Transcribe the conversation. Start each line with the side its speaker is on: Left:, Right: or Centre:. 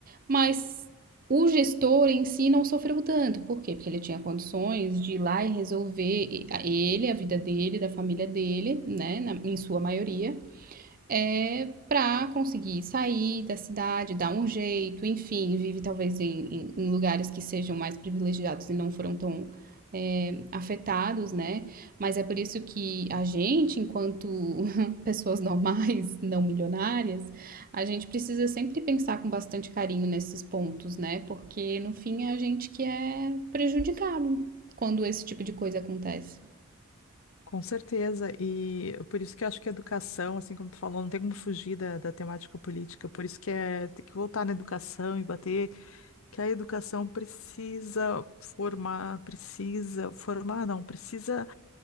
Right: mas o gestor em si não sofreu tanto. Por quê? Porque ele tinha condições de ir lá e resolver ele, a vida dele, da família dele, né? Na- em sua maioria é, para conseguir sair da cidade, dar um jeito, enfim, vive talvez em, em- em lugares que sejam mais privilegiados e não foram tão é, afetados, né? Mas é por isso que a gente, enquanto <laughs> pessoas normais, não milionárias, a gente precisa sempre pensar com bastante carinho nesses pontos, né? Porque no fim é a gente que é prejudicado quando esse tipo de coisa acontece.
Left: Com certeza, e por isso que eu acho que a educação, assim como tu falou, não tem como fugir da, da temática política, por isso que é, tem que voltar na educação e bater que a educação precisa formar, precisa formar, não, precisa